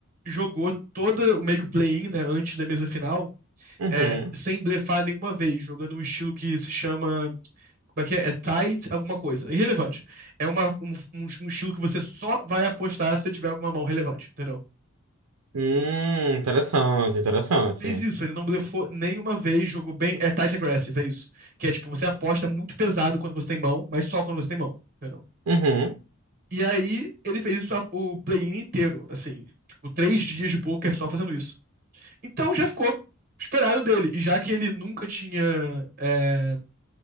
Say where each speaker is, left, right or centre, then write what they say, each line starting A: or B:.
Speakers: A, on the right (about 40°); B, on the right (about 80°).
A: jogou todo o meio que o play-in, né, antes da mesa final,
B: uhum.
A: é, sem blefar nenhuma vez, jogando um estilo que se chama, como é que é? É tight alguma coisa, irrelevante. É uma, um, um- um estilo que você só vai apostar se você tiver alguma mão relevante, entendeu?
B: Hum, interessante, interessante.
A: E ele fez isso, ele não blefou nenhuma vez, jogou bem. É tight aggressive, é isso. Que é tipo, você aposta muito pesado quando você tem mão, mas só quando você tem mão, entendeu?
B: Uhum,
A: E aí ele fez isso a- o play-in inteiro, assim, tipo, três dias de poker só fazendo isso. Então já ficou esperado dele. E já que ele nunca tinha. é,